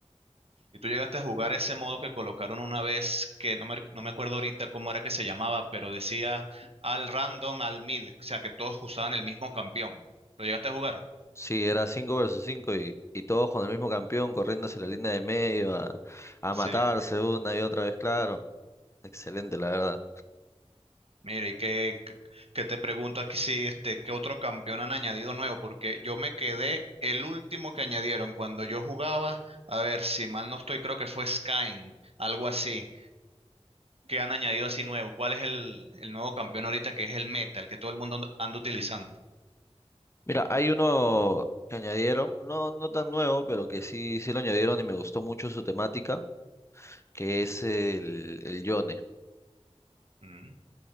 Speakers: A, on the right; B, on the left.
A: Y tú llegaste a jugar ese modo que colocaron una vez, que no me, no me acuerdo ahorita cómo era que se llamaba, pero decía al random, al mid, o sea, que todos usaban el mismo campeón. ¿Lo llegaste a jugar?
B: Sí, era 5 versus 5 y, y todos con el mismo campeón corriendo hacia la línea de medio a, a
A: Sí.
B: matarse una y otra vez, claro. Excelente, la verdad.
A: Mire, ¿y qué, qué- qué te pregunto aquí si este, qué otro campeón han añadido nuevo? Porque yo me quedé el último que añadieron cuando yo jugaba, a ver si mal no estoy, creo que fue Skyn, algo así, que han añadido así nuevo. ¿Cuál es el, el nuevo campeón ahorita que es el meta, el que todo el mundo anda anda utilizando?
B: Mira, hay uno que añadieron, no, no tan nuevo, pero que sí, sí lo añadieron y me gustó mucho su temática, que es el, el Yone.
A: Mm,